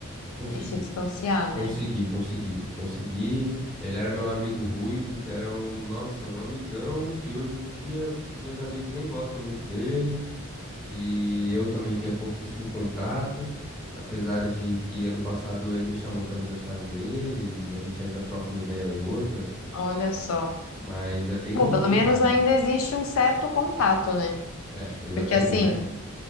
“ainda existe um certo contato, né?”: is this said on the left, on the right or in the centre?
Left